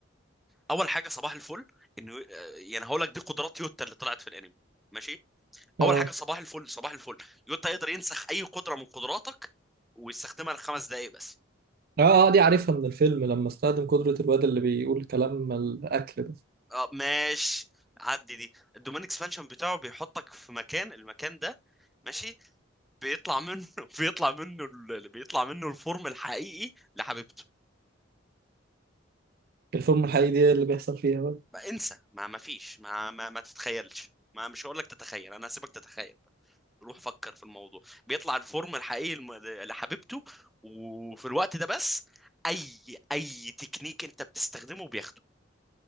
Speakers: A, in the centre; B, on the right.
A: اول حاجه صباح الفل انه آه، يعني هقول لك دي قدرات يوتا اللي طلعت في الانمي ماشي
B: اه
A: اول حاجه صباح الفل صباح الفل يوتا يقدر ينسخ اي قدره من قدراتك ويستخدمها لخمس دقائق بس
B: اه آه، دي عارفها من الفيلم لما استخدم قدرة الواد اللي بيقول كلام الأكل ده
A: اه ماشي عدي دي الدومين اكسبانشن بتاعه بيحطك في مكان المكان ده ماشي بيطلع منه <laughs> بيطلع منه ال- بيطلع منه الفورم الحقيقي لحبيبته
B: الفورمة الحقيقية دي اللي بيحصل فيها بقى
A: ما انسى ما ما فيش ما ما, ما تتخيلش ما مش هقول لك تتخيل انا هسيبك تتخيل روح فكر في الموضوع بيطلع الفورم الحقيقي الم- لحبيبته وفي الوقت ده بس اي اي تكنيك انت بتستخدمه بياخده